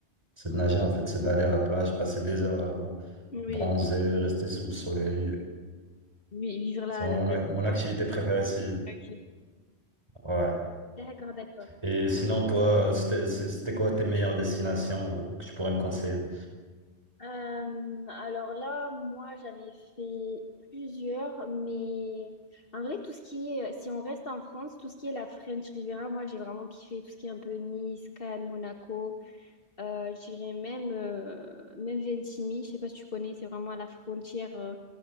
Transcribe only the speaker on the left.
Oui,
oui, vivre la,
la belle
vie,
quoi.
Ok.
D'accord, d'accord.
Euh, alors là, moi, j'en ai fait plusieurs, mais en vrai, tout ce qui est, si on reste en France, tout ce qui est la French Riviera, moi, j'ai vraiment kiffé tout ce qui est un peu Nice, Cannes, Monaco. Euh, j'irais même, euh, même Ventimille, je sais pas si tu connais, c'est vraiment à la frontière, euh,